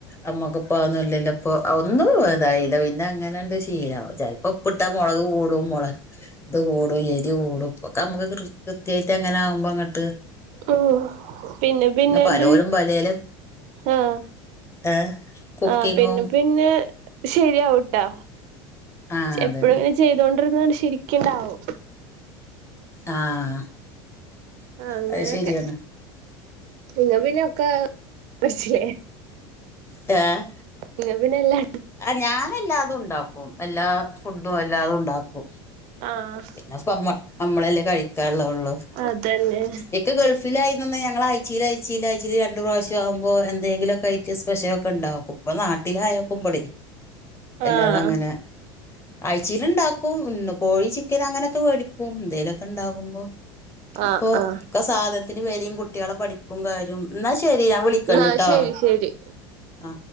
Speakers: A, on the left; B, on the right.
A: ഞമ്മക്ക്പ്പൊ അന്നോല്ലല്ലൊ പ്പൊ ഒന്നും ഇതായില്ല പിന്നെ അങ്ങനെണ്ട് ശീലാകും ചെ പ്പൊ പ്പ്ട്ട മൊളക് കൂടും മൊളെ ത് കൂടും എരി കൂടും. ഇപ്പൊക്കെ ഞമ്മക്ക് കൃ കൃത്യാ യിറ്റങ്ങനെ ആകുമ്പങ്ങ്ട്ട്
B: ഓഹ് പിന്നെ പിന്നെങ്ട്ട്
A: പലോരും പലേല്
B: ആഹ്
A: ഏഹ് കുക്കിങ്ങും
B: ആഹ് പിന്നെ പിന്നെ ശരിയാവുട്ടാ
A: ആഹ് അതന്നെ
B: എപ്പോഴുങ്ങനെ ചെയ്തൊണ്ടിരുന്നാണ്ട് ശരിക്ക്ണ്ടാവും.
A: ആഹ്
B: അങ്ങനൊക്കെ
A: അത് ശരിയാണ്
B: നിങ്ങ പിന്നൊക്ക പഠ്ച്ച്ലെ
A: ഏ
B: ങ്ങ പിന്നെ എല്ലാ
A: ആ ഞാനെല്ലാതുണ്ടാക്കും എല്ലാ ഫുഡും എല്ലാതുണ്ടാക്കും.
B: ആഹ്.
A: പിന്നെപ്പൊ നമ്മ നമ്മളല്ലേ കഴിക്കാള്ളതൊള്ളു.
B: അതന്നെ.
A: ഇക്ക ഗൾഫിലായീനന്ന് ഞങ്ങളാ യ്ച്ചീലായ്ചീലായ്ചീല് രണ്ട് പ്രാവശ്യം ആകുമ്പോ എന്തെങ്കിലൊക്കേയിറ്റ് സ്പെഷലൊക്കണ്ടാക്കും. ഇപ്പൊ നാട്ടിലായോക്കുമ്പള് അല്ലാതെ
B: ആഹ്
A: അങ്ങനെ ആഴ്ചയില് ഇണ്ടാക്കും പികോഴി ചി ക്കന് അങ്ങനൊക്കെ മേടിക്കും എന്തേലൊക്കെ ഉണ്ടാകുമ്പോ
B: ആഹ്
A: ഇപ്പൊ
B: ആഹ്
A: ഒക്കെ സാധനത്തിന് വേലിം കുട്യാളെ പഠിപ്പും കാര്യും ന്നാ ശെരി ഞാൻ വിളിക്കണ്ട്
B: ന്നാ
A: ട്ടോ
B: ശരി ശരി
A: ആ